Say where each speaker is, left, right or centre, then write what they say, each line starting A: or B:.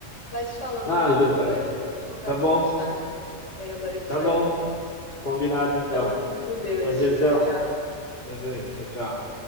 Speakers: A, on the left (about 65°); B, on the left (about 45°).
A: vai se falando
B: Ah,
A: então,
B: é verdade.
A: Rafael. A gente conversa
B: Tá bom,
A: mais tarde. Tenho agora que
B: tá
A: sair.
B: bom. Combinado, então.
A: Então fica com Deus.
B: Prazerzão.
A: Tchau, tchau.
B: Tá bem, tchau, tchau.